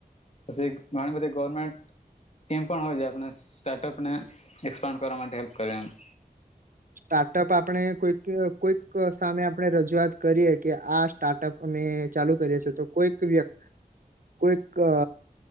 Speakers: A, on the left; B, on the right.
A: પસી ઘણી બધી ગવર્મેન્ટ સ્કીમ પણ હોય જે આપણે સ્ટાર્ટઅપને એક્સપાન્ડ કરવા માટે હેલ્પ કરે એમ.
B: સ્ટાર્ટઅપ આપણે કોઈક કોઈક સામે આપણે રજૂઆત કરીએ કે આ સ્ટાર્ટઅપ મેં ચાલુ કર્યું છે તો કોઈક વ્યક્તિ કોઈક અ